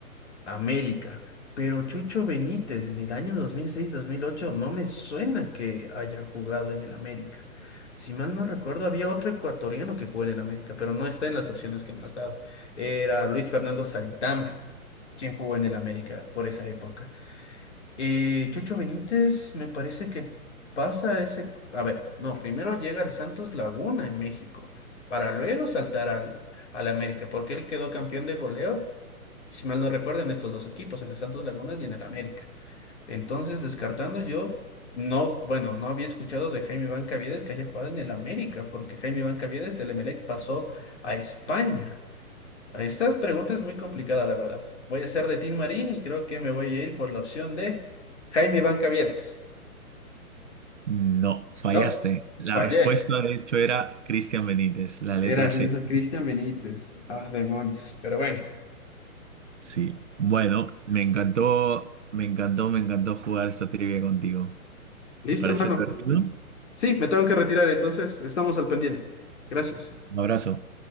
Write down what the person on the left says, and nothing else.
América, pero Chucho Benítez en el año 2006-2008 no me suena que haya jugado en el América. Si mal no recuerdo, había otro ecuatoriano que jugó en el América, pero no está en las opciones que me has dado. Era Luis Fernando Saritama, quien jugó en el América por esa época. Eh, Chocho Benítez, me parece que pasa ese... A ver, no, primero llega al Santos Laguna en México, para luego saltar al, al América, porque él quedó campeón de goleo, si mal no recuerdo, en estos dos equipos, en el Santos Laguna y en el América. Entonces, descartando yo, no, bueno, no había escuchado de Jaime Bancavides que haya jugado en el América, porque Jaime Bancavides del Emelec pasó a España. Estas preguntas es muy complicada, la verdad. Voy a ser de Tim Marín y creo que me voy a ir por la opción de Jaime Iván Cavieres.
No,
fallé.
Era el
mismo
Cristian Benítez. Ah, demonios. Pero bueno,
listo,
hermano.
Sí, me tengo que retirar, entonces estamos al pendiente. Gracias.